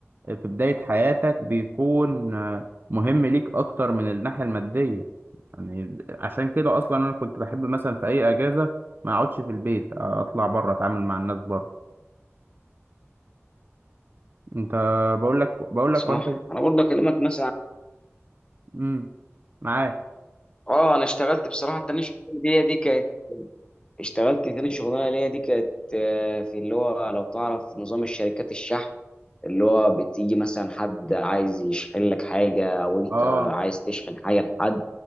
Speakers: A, on the right (about 45°); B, on the left (about 20°).
A: في بدايه حياتك بيكون آه، مهم ليك اكتر من الناحيه الماديه يعني عشان كده اصلا انا كنت بحب مثلا في اي اجازه ما اقعدش في البيت اطلع بره اتعامل مع الناس بره انت بقول لك بقول
B: صح
A: لك وانت
B: انا برضه اكلمك مثلا
A: امم معاك
B: اه انا اشتغلت بصراحه التانية شغلانة دي دي كانت اشتغلت تاني شغلانه ليا دي كانت آه، في اللي هو لو تعرف نظام الشركات الشحن اللي هو بتيجي مثلا حد عايز يشحن لك حاجه او انت
A: اه
B: عايز تشحن حاجه لحد